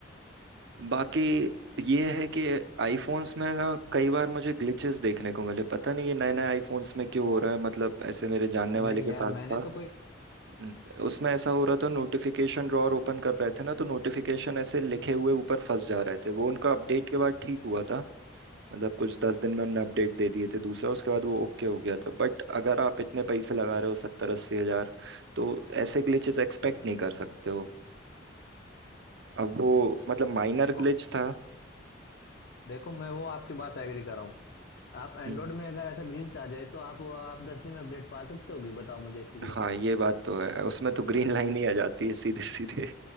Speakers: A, on the right (about 65°); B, on the left (about 60°).
A: बाकी ये है कि आईफोन्स में ना कई बार मुझे ग्लिचेस देखने को मिले पता नहीं ये नए नए आईफोन्स में क्यों हो रहा है मतलब ऐसे मेरे जानने
B: नहीं
A: वाले के
B: यार
A: पास
B: मैंने
A: था
B: तो कोई
A: न- उसमें ऐसा हो रहा था नोटिफिकेशन ड्रॉअर ओपन कर रहे थे ना तो नोटिफिकेशन ऐसे लिखे हुए ऊपर फंस जा रहे थे वो उनका अपडेट के बाद ठीक हुआ था मतलब कुछ दस दिन में उनने अपडेट दे दिए थे दूसरा उसके बाद वो ओके हो गया था बट अगर आप इतने पैसे लगा रहे हो सत्तर अस्सी हजार तो ऐसे ग्लिचेस एक्सपेक्ट नहीं कर सकते हो अब वो मतलब माइनर
B: देखो
A: ग्लिच था
B: देखो मैं वो आपकी बात एग्री कर रहा हूँ आप एंड्रॉइड
A: हम्म।
B: में अगर ऐसा ग्लिच आ जाए तो आप आप दस दिन में अपडेट पा सकते होगे बताओ मुझे इस चीज
A: हाँ
B: का
A: ये बात तो है उसमें तो ग्रीन लाइन ही आ जाती है सीधे सीधे